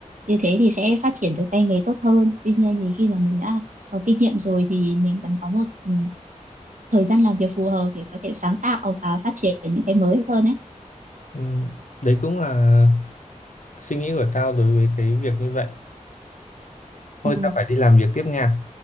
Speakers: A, on the right (about 75°); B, on the left (about 70°).
A: như thế thì sẽ phát triển được tay nghề tốt hơn tuy nhiên thì khi mà mình đã có kinh nghiệm rồi thì mình cần có một ừ, thời gian làm việc phù hợp để có thể sáng tạo và phát triển những cái mới hơn ấy
B: ừ, đấy cũng là suy nghĩ của tao đối với cái việc như vậy thôi
A: Ừ.
B: tao phải đi làm việc tiếp nha